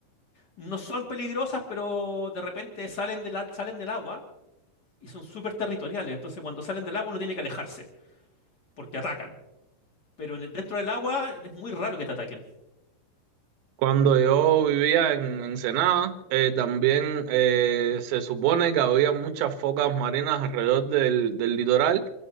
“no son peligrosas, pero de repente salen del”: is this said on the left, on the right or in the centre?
Left